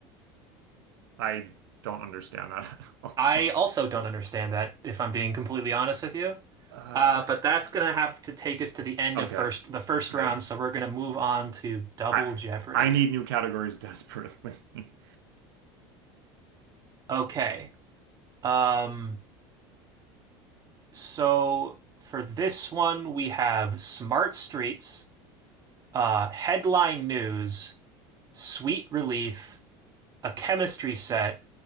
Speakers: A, on the right; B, on the right.
A: I don't understand that.
B: I
A: <laughs>
B: also don't understand that, if I'm being completely honest with you.
A: Uh,
B: Uh, but that's gonna have to take us to the end
A: okay,
B: of first the first
A: great.
B: round, so we're gonna move on to Double
A: I
B: Jeopardy.
A: I need new categories desperately. <laughs>
B: Okay. Um, so for this one, we have Smart Streets. uh, headline news, Sweet Relief, a chemistry set,